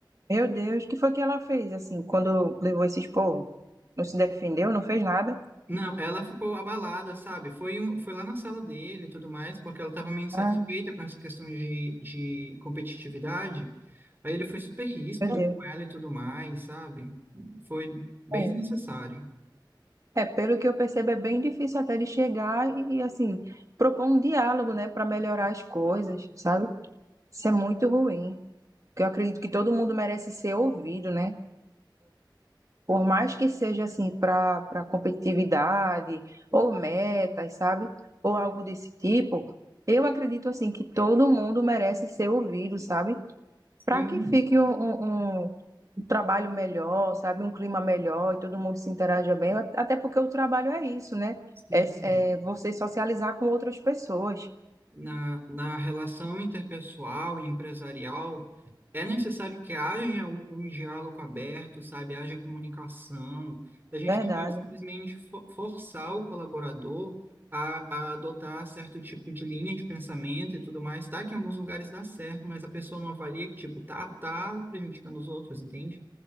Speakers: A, on the right; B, on the right.
A: meu Deus, o que foi que ela fez, assim, quando levou esse esporro? Não se defendeu, não fez nada?
B: Não, ela ficou abalada, sabe? Foi, um- foi lá na sala dele e tudo mais, porque ela estava meio insatisfeita
A: Ai,
B: com essa questão de, de competitividade. Aí ele foi super ríspido
A: Meu Deus.
B: com ela e tudo mais, sabe? Foi bem
A: É.
B: desnecessário.
A: É, pelo que eu percebo, é bem difícil até de chegar e, e, assim, propor um diálogo, né, para melhorar as coisas, sabe? Isso é muito ruim. Porque eu acredito que todo mundo merece ser ouvido, né? Por mais que seja, assim, para para competitividade, ou metas, sabe? Ou algo desse tipo, eu acredito, assim, que todo mundo merece ser ouvido, sabe?
B: Sim,
A: para que fique um, um- um- um trabalho melhor, sabe? Um clima melhor e todo mundo se interaja bem, at- até porque o trabalho é isso, né?
B: sim.
A: É, é você socializar com outras pessoas,
B: Na, na relação interpessoal e empresarial, é necessário que haja um, um diálogo aberto, sabe? Haja comunicação. A gente
A: verdade.
B: não pode simplesmente fo- forçar o colaborador a, a adotar certo tipo de linha de pensamento e tudo mais. Tá que em alguns lugares dá certo, mas a pessoa não avalia que, tipo, tá, tá prejudicando os outros, entende?